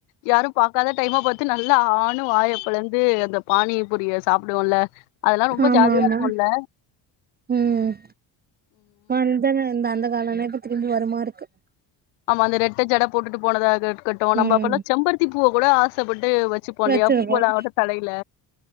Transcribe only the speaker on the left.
யாரு பாக்காத டைமா பாத்து நல்லா ஆணு வாய பொழந்து அந்த பானி புரிய சாப்டுவோம்ல அதெல்லா ரொம்ப
ஜாலியா
இருக்குல்ல
ஆமா அந்த ரெட்ட ஜட போட்டுட்டு போனதாது இருக்கட்டு நம்ம
அப்பல்லா செம்பருத்தி பூவ கூட ஆசப்பட்டு வச்சுப்போ இல்லையா
பூவலாகட்டு தலையில